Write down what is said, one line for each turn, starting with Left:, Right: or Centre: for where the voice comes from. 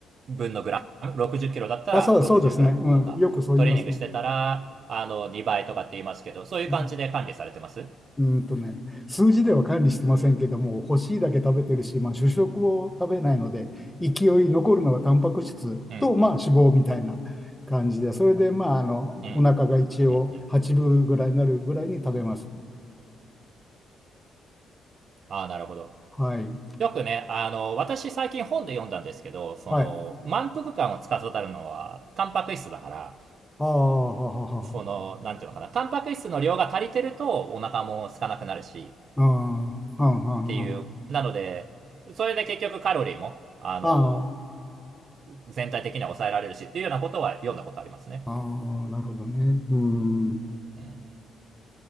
Right: 分のグラム、60キロだったら60グラムとか、
Centre: あ、そう、そうですね。うん。よくそう言いますね。
Right: トレーニングしてたら、あの、2倍とかって言いますけど、そういう感じで管理されてます
Centre: うん。うんとね、数字では管理してませんけども、欲しいだけ食べてるし、まあ、主食を食べないので、勢い残るのはタンパク質と、
Right: うんうん。
Centre: まあ、脂肪みたいな感じで、それで、まあ、あの、
Right: うん、うん、
Centre: お腹が一応8分ぐらいになるぐらいに食べます。
Right: うん。ああ、なるほど。
Centre: はい。
Right: よくね、あの、私最近本で読んだんですけど、その、
Centre: はい。あ
Right: 満腹感を司るのは、タンパク質だから、
Centre: あ、はははは。
Right: その、なんていうのかな、タンパク質の量が足りてると、お腹も空かなくなるし、
Centre: ああ、はんはんはん。
Right: っていう、なので、それで結局カロリーも、あの、
Centre: あ
Right: 全体的には抑えられるし、っていうようなことは読んだことありますね。
Centre: あ、ああ、なるほどね。うん。
Right: うん。